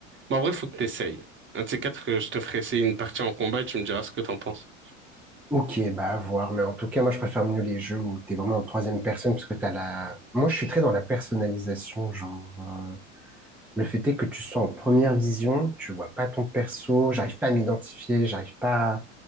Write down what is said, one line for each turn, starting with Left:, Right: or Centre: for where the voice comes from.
Right: Bon, en vrai, faut que t'essayes. Un de ces quatre, euh, je te ferai essayer une partie en combat et tu me diras ce que t'en penses.
Centre: Ok, bah à voir, mais en tout cas, moi, je préfère mieux les jeux où t'es vraiment en troisième personne parce que t'as la. Moi, je suis très dans la personnalisation, genre. euh, Le fait est que tu sois en première vision, tu vois pas ton perso, j'arrive pas à m'identifier, j'arrive pas